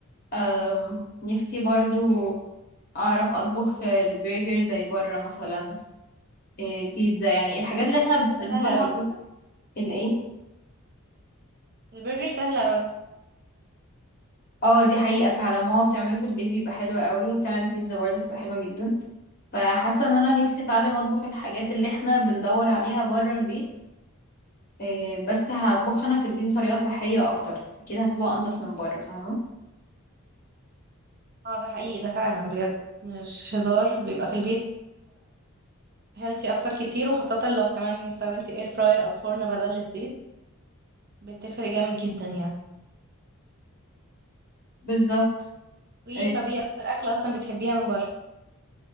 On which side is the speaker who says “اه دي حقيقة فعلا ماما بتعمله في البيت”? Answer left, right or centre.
Left